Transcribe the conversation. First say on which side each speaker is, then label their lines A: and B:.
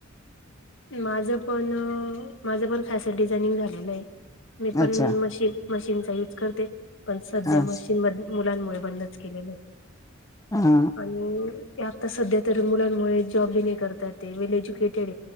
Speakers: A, on the left; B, on the left.
A: माझ पण माझं पण फॅशन डिझाइनिंग झालेलं आहे मी
B: अच्छा
A: पण मशीन मशीनचा यूज करते पण सध्या
B: हा
A: मशीन म मुलांमुळे बंदच केलेलं
B: हा
A: आणि आता सध्या तर मुलांमुळे जॉबी नाही करतात ते well educated